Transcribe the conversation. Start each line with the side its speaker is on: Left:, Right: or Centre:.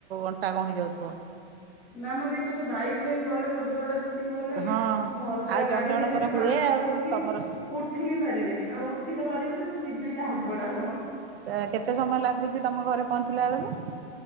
Right: ଅଣ୍ଟା କଣ ହେଇଯାଉଥିବ।
Centre: ନା ମେ ମତେ ବାଇକ ରେ ହିଁ ଗଲେ ମୋ ଦେହଟା ଯେତେ ତିକେ ଭଲ ଲାଗେ
Right: ହଁ
Centre: ମୁଁ ଅଲଗା
Right: ଆଉ ଜଣ
Centre: ଗାଡିରେ
Right: ଜଣଙ୍କର
Centre: ଯିବି
Right: ହୁଏ
Centre: ବାନ୍ତି
Right: ଆଉ
Centre: କରିକି।
Right: ତମର
Centre: ଉଠି ହିଁ ପାରିବିନି ଆଉ ଉଠି ତ ପାରିବିନି ଆଉ ଯିବି ଲାଭଟା କଣ।
Right: ତ କେତେ ସମୟ ଲାଗୁଛି ତମ ଘରେ ପହଞ୍ଚିଲା ବେଳକୁ।